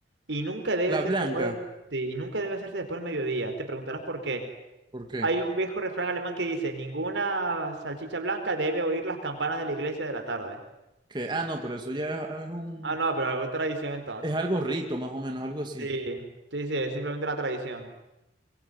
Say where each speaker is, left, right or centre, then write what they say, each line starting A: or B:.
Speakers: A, on the right; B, on the right.
A: Y nunca debe
B: La
A: hacerse
B: blanca,
A: después del, sí, y nunca debe hacerse después del mediodía. Te preguntarás por qué.
B: ¿por qué?
A: Hay un viejo refrán alemán que dice, ninguna salchicha blanca debe oír las campanas de la iglesia de la tarde.
B: Que, ah, no, pero eso ya es un,
A: Ah, no, pero es tradición entonces.
B: es algo rito, más o menos, algo así.
A: Sí, sí, sí, es simplemente una tradición.